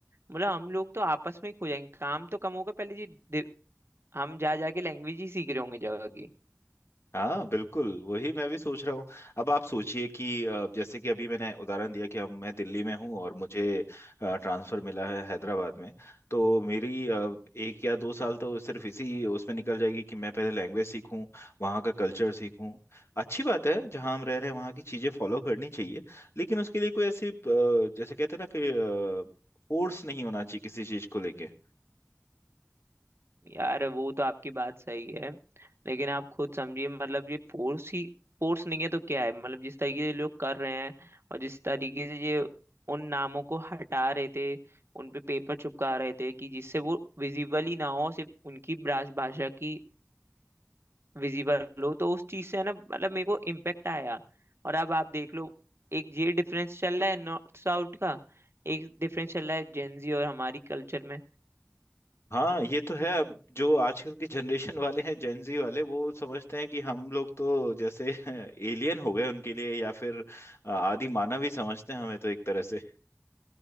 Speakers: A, on the right (about 50°); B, on the left (about 55°).
A: मतलब हम लोग तो आपस में ही खो जाएंगे काम तो कम होगा पहले जी हम जा जाके लैंग्वेज ही सीख रहे होंगे जगह की
B: हाँ बिल्कुल वही मैं भी सोच रहा हूँ अब आप सोचिए कि अ, जैसे कि अभी मैंने उदाहरण दिया कि हम मैं दिल्ली में हूँ और मुझे ट्रांसफर मिला है हैदराबाद में तो मेरी अ, एक या दो साल तो सिर्फ इसी उसमें निकल जाएगी कि मैं पहले लैंग्वेज सीखूँ वहाँ का कल्चर सीखूँ अच्छी बात है जहाँ हम रह रहे हैं वहाँ की चीज़ें फॉलो करनी चाहिए लेकिन उसके लिए कोई ऐसी अ, जैसे कहते हैं ना कि फोर्स नहीं होना चाहिए किसी चीज़ को लेके
A: यार वो तो आपकी बात सही है लेकिन आप खुद समझिए मतलब ये फोर्स ही फोर्स नहीं है तो क्या है मतलब जिस तरीके से लोग कर रहे हैं और जिस तरीके से ये उन नामों को हटा रहे थे उन पे पेपर चिपका रहे थे कि जिससे वो विजिबल ही ना हो सिर्फ उनकी ब्रास- भाषा की विजिबल हो तो उस चीज से है ना मतलब मेरे को इम्पेक्ट आया और अब आप देख लो एक ये डिफरेंस चल रहा है नॉर्थ साउथ का एक डिफरेंस चल रहा है जेंजी और हमारी कल्चर में
B: हाँ ये तो है अब जो आजकल के जनरेशन वाले हैं जेनजी वाले वो समझते हैं कि हम लोग तो जैसे <laughs> एलियन हो गए उनके लिए या फिर आदि मानव ही समझते हैं हमें तो एक तरह से